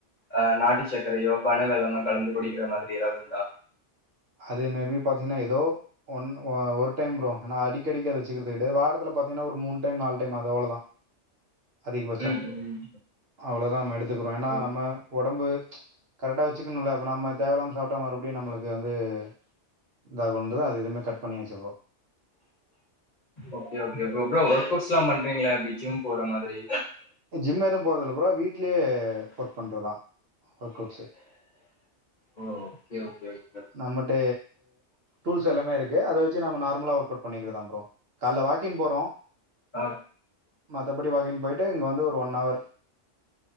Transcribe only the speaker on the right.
அது மேபி பாத்தீங்னா ஏதோ ஒன் ஒரு டைம் ப்ரோ ஆனா அடி கெடைக்கத வச்சுக்கிறது வாரத்ல பாத்தீங்னா ஒரு மூனு டைம் நாலு டைம் அது அவ்ளதா அதிகபட்சோ
அவ்ளோதா நம்ம எடுத்துக்குறோ ஏன்னா
நம்ம ஒடம்பு கரெக்டாக வச்சுக்கணுல இப்போ நம்ம தேவயில்லாம சாப்ட்டா மறுபடியு நம்மளுக்கு இது இதாக கொ அது எதுவுமே கட் பண்ணி வச்சுப்போ
ஜிம் எதுவு போறதுல ப்ரோ வீட்லயே ஒர்க் அவுட் பண்றதா ஒர்க் அவுட்ஸு
நம்மட்ட டூல்ஸ் எல்லாமே இருக்கு அத வச்சு நம்ம நார்மலா ஒர்க் அவுட் பண்ணிக்கிறதா ப்ரோ கால்ல வாக் கின் போறோ
மத்தபடி வாகின் போயி ட்டு இங்க வந்து ஒரு ஒன் அவர்